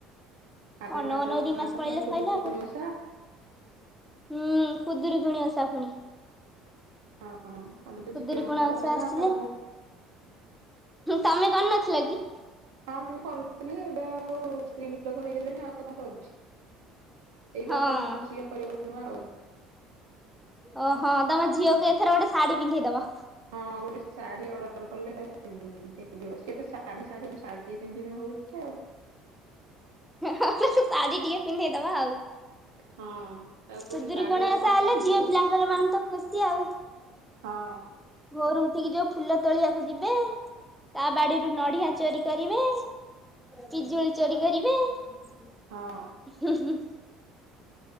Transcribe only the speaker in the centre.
ଅନୋଉ
ଅନୋଉ ଦି ମାସ ପଳେଇଲେ
ସଇଲା ଆଉ।
ହୁଁ। ଖୁଦୁରୁକୁଣୀ ଓଷା ପୁଣି।
ଖୁଦୁରୁକୁଣୀ
ଓଷା ଆସିଲେ
ତମେ କରିନଥିଲ କି?
ହଁ।
ଓହୋ ତମ ଝିଅକୁ ଏଥର ଗୋଟେ ଶାଢୀ ପିନ୍ଧେଇଦବ।
ଶାଢ଼ୀ ଟିକେ ପିନ୍ଧେଇଦବ ଆଉ।
ଖୁଦୁରୁକୁଣୀ
ଓଷା ହେଲେ
ଝିଅ ପିଲାଙ୍କର ମାନେ ତ ଖୁସି ଆଉ।
ଭୋରୁ ଉଠିକି ଯୋଉ ଫୁଲ ତୋଳିବାକୁ ଯିବେ କା ବାଡିରୁ ନଡିଆ ଚୋରି କରିବେ। ପିଜୁଳି ଚୋରି କରିବେ। <unintelligible>
<unintelligible>